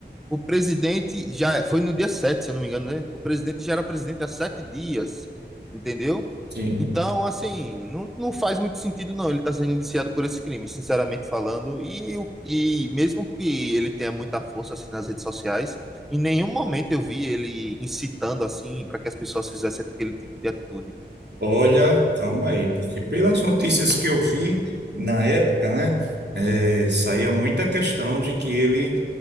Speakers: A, in the centre; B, on the right.
A: O presidente já foi no dia 7, se eu não me engano, né? O presidente já era presidente há sete dias, entendeu?
B: Sim.
A: Então, assim, não, não faz muito sentido, não. Ele está sendo indiciado por esse crime, sinceramente falando. E, o- e mesmo que ele tenha muita força assim nas redes sociais, em nenhum momento eu vi ele incitando assim para que as pessoas fizessem aquele tipo de atitude.
B: Olha, calma aí, porque pelas notícias que eu vi na época, né, é, saía muita questão de que ele